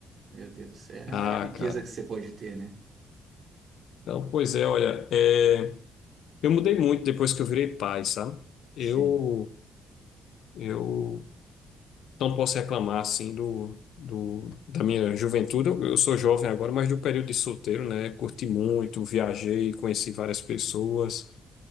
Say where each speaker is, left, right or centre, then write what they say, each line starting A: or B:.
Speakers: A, on the right; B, on the left.
A: Meu Deus, é a
B: Ah,
A: maior riqueza
B: cara.
A: que você pode ter, né?
B: Então, pois é, olha, é, eu mudei muito depois que eu virei pai, sabe? Eu,
A: Sim.
B: eu não posso reclamar, assim, do, do, da minha juventude. Eu, eu sou jovem agora, mas do período de solteiro, né? Curti muito, viajei, conheci várias pessoas.